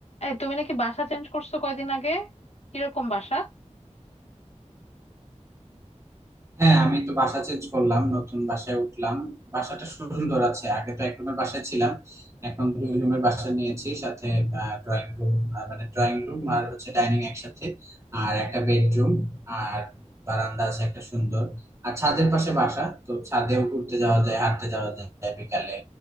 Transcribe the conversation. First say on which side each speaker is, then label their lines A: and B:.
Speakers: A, on the left; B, on the right.
A: এই তুমি নাকি বাসা চেঞ্জ করছো কয়দিন আগে কিরকম বাসা
B: হ্যাঁ আমি তো বাসা চেঞ্জ করলাম নতুন বাসায় উঠলাম বাসাটা সুন্দর আছে আগে তো এক রুমের বাসায় ছিলাম এখন দুই রুমের বাসা নিয়েছি সাথে ড্রয়িং রুম মানে ড্রয়িং রুম আর হচ্ছে ডাইনিং একসাথে আর একটা বেডরুম আর বারান্দা আছে একটা সুন্দর আর ছাদের পাশে বাসা তো ছাদেও ঘুরতে যাওয়া যায় হাঁটতে যাওয়া যায় বিকালে